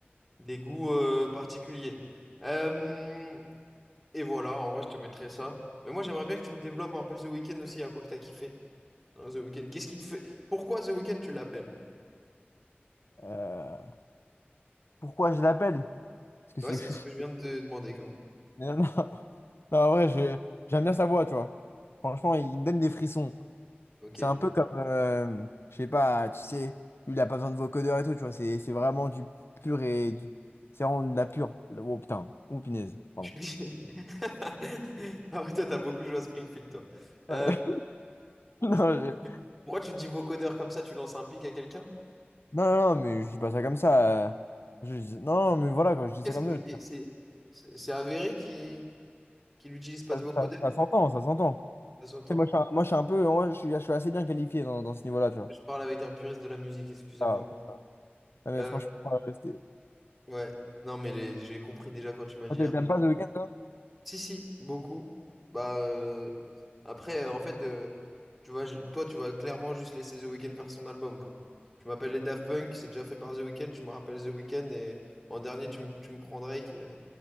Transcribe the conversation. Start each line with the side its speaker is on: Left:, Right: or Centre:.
Centre: des goûts euh, particuliers. Euh, et voilà, en vrai je te mettrais ça. Mais moi j'aimerais bien que tu me développes un peu The Weeknd aussi, à quoi que t'as kiffé. Ah, The Weeknd, qu'est-ce qui te fait... Pourquoi The Weeknd tu l'appelles?
Left: Euh, pourquoi je l'appelle? Parce que
Centre: Ouais,
Left: c'est
Centre: c'est
Left: les chouchous.
Centre: ce que je viens de te demander quand même.
Left: Mais Non, non. <laughs> Non, en vrai, je- j'aime bien sa voix, tu vois. Franchement, il me donne des frissons.
Centre: Ok.
Left: C'est un peu comme, euh, je sais pas, tu sais, lui, il a pas besoin de vocodeur et tout, tu vois. C'est c'est vraiment du pur et du... C'est vraiment de la pure. Oh putain, oh punaise, pardon.
Centre: Tu te dis- <laughs> Ah ouais, toi, t'as beaucoup joué à Springfield, toi.
Left: Ouais.
Centre: Euh,
Left: <laughs> Non,
Centre: tu-
Left: je-
Centre: Pourquoi tu te dis vocodeur comme ça, tu lances un pic à quelqu'un?
Left: non, non, non, mais je dis pas ça comme ça. euh. Je dis- Non, mais voilà, quand je dis
Centre: Qu'est-ce
Left: ça comme
Centre: que...
Left: ça,
Centre: Ok,
Left: je-
Centre: c'est c'est- c'est avéré qu'il qu'il n'utilise pas
Left: veux
Centre: de
Left: dire,
Centre: vocodeur,
Left: ça, ça- ça s'entend, ça s'entend.
Centre: ça s'entend.
Left: Tu sais, moi, je suis un, moi, je suis un peu, moi, je suis, je suis assez bien qualifié dans, dans ce niveau-là, tu vois.
Centre: Je parle avec un puriste de la musique, excusez-moi.
Left: Ah, ok. non, mais
Centre: Euh,
Left: franchement, euh, c'était...
Centre: ouais, non mais les- j'ai compris déjà quand tu m'as dit...
Left: Moi, T'aimes pas The Weeknd, toi
Centre: Si, si, beaucoup. Bah, euh, après, euh, en fait, euh, tu vas, toi, tu vas clairement juste laisser The Weeknd faire son album, quoi. Tu m'appelles les Daft Punk, c'est déjà fait par The Weeknd, tu me rappelles The Weeknd, et en dernier, tu, me tu me prends Drake. euh,